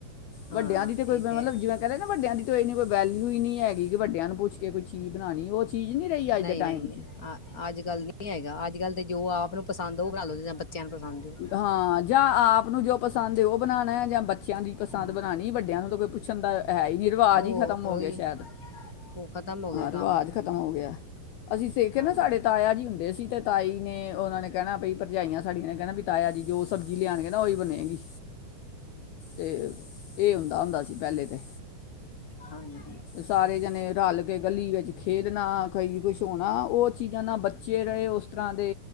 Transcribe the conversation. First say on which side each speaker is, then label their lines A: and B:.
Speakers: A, on the left; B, on the left.
A: ਹਾਂ
B: ਵੱਡਿਆਂ ਦੀ ਤੇ ਕੋਈ
A: ਇਹ
B: ਮਤਲਬ
A: ਹੈ।
B: ਜਿਵੇਂ ਕਹਿੰਦੇ ਨਾ ਵੱਡਿਆਂ ਦੀ ਇਹੰਨੀ ਕੋਈ ਵੈਲਿਯੂ ਹੀ ਨਹੀਂ ਹੈਗੀ ਕਿ ਵੱਡਿਆਂ ਨੂੰ ਪੁੱਛ ਕੋਈ ਚੀਜ਼ ਬਣਾਣੀ ਉਹ ਚੀਜ਼ ਰਹੀ ਅੱਜ
A: ਨਹੀਂ
B: ਦੇ
A: ਨਹੀਂ
B: ਟਾਈਮ 'ਚ
A: ਅ ਅੱਜ ਕੱਲ ਨਹੀਂ ਹੈਗਾ ਅੱਜ ਕੱਲ ਤਾਂ ਜੋ ਆਪ ਉਹਨੂੰ ਪਸੰਦ ਉਹ ਜਾਂ ਬੱਚਿਆਂ ਨੂੰ ਪਸੰਦ ਹੋ।
B: ਹਾਂ ਜਾਂ ਆਪ ਨੂੰ ਜੋ ਪਸੰਦ ਹੈ ਉਹ ਬਣਾਣਾ ਐ। ਜਾਂ ਬੱਚਿਆਂ ਦੀ ਪਸੰਦ
A: ਹਾਂ
B: ਬਣਾਣੀ ਵੱਡਿਆਂ ਨੂੰ ਤਾਂ ਕੋਈ ਪੁੱਛਣ ਦਾ ਹੈ ਹੀ ਨਹੀਂ ਰਿਵਾਜ਼
A: ਉਹ
B: ਹੀ ਖਤਮ
A: ਉਹੀ
B: ਹੋ ਗਏ ਸ਼ਾਇਦ
A: ਉਹ ਖ਼ਤਮ ਹੋ
B: ਹਾਂ
A: ਗਿਆ ਕੰਮ
B: ਰਿਵਾਜ਼ ਖਤਮ ਹੋ ਗਿਆ। ਅਸੀਂ ਸੇਖ
A: ਹਾਂਜੀ
B: ਨਾ ਸਾਡੇ ਤਾਇਆ ਜੀ ਹੁੰਦੇ ਸੀ ਤੇ ਤਾਈ ਨੇ ਉਹਨਾ ਨੇ ਕਹਿਣਾ ਬਈ ਭਰਜਾਈਆਂ ਸਾਡੀਆਂ ਨੇ ਕਹਿਣਾ ਵੀ ਤਾਇਆ ਜੀ ਜੋ ਸਬਜ਼ੀ ਲਿਆਣਗੇ ਨਾ ਉਹੀ ਬਣੇਗੀ ਇਹ ਹਦਾ ਹੁੰਦਾ ਸੀ ਪਹਿਲੇ ਤਾਂ
A: ਹਾਂਜੀ।
B: ਸਾਰੇ ਜਾਣੇ ਨੇ ਰਲ ਕੇ ਗਲੀ ਵਿੱਚ ਖੇਡਣਾ ਕਈ ਕੁਛ ਹੋਣਾ ਉਹ ਚੀਜ਼ਾਂ ਨਾਲ ਬੱਚੇ ਰਹੇ ਉਸ ਤਰ੍ਹਾਂ ਦੇ